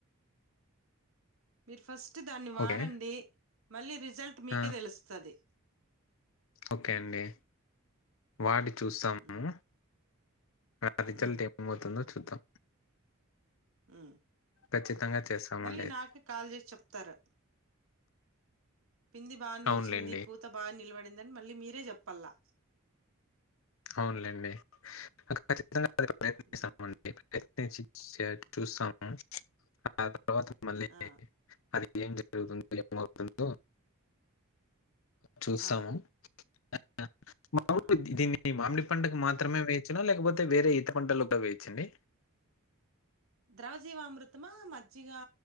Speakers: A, on the right (about 70°); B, on the left (about 65°).
A: మీరు ఫస్ట్ ఫస్ట్ దాన్ని వాడండి
B: ఓకే
A: మళ్ళీ రి రిజల్ట్ మీకే
B: ఆ
A: తెలుస్తది
B: ఓకే
A: హ్మ్.
B: అండి వాటి చూస్తాము
A: హ్మ్.
B: నా రిజల్ట్
A: హ్మ్.
B: ఏమవుతుందో చూద్దాం
A: హ్మ్
B: ఖచ్చితంగా చేస్తామండి
A: మళ్ళీ
B: అది
A: నాకే కాల్ చేేసి చెప్తారు పింది బాగా నిలిచింది
B: అవునులేండి
A: పూత బాగా నిలవ పడిందని మళ్ళీ మీరే చెప్పలా
B: అవునులేండి ఖచ్చితంగా ప్రయత్ననిస్తాం
A: హ్మ్.
B: అండి ఎత్ని <unintelligible> చూసాము అ తరువాత మళ్ళీ
A: ఆ!
B: అది ఏం జరుగుతుంది ఏమవుతుందో చూస్తాము
A: ఆ!
B: ఆ మాములుగా
A: ఆ!
B: దీన్ని మామిడి పంటకు మాత్రమే వేయచ్చునా లేకపోతే వేరే ఈత పంటల్లో కూడా వేయచండి
A: ద్రవజీవా అమృతమా మజ్జిగా